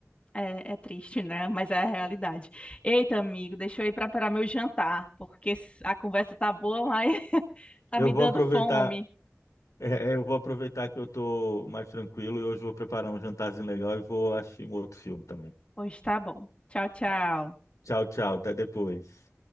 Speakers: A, on the left (about 20°); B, on the left (about 75°).
A: É, é triste, né? Mas é a realidade. Eita, amigo, deixa eu ir preparar meu jantar, porque a conversa tá boa, mas <laughs> tá
B: Eu
A: me
B: vou
A: dando
B: aproveitar,
A: fome.
B: é, é, eu vou aproveitar que eu tô mais tranquilo e hoje vou preparar um jantarzinho legal e vou assistir um outro filme também.
A: Pois tá bom. Tchau, tchau.
B: Tchau, tchau. Até depois.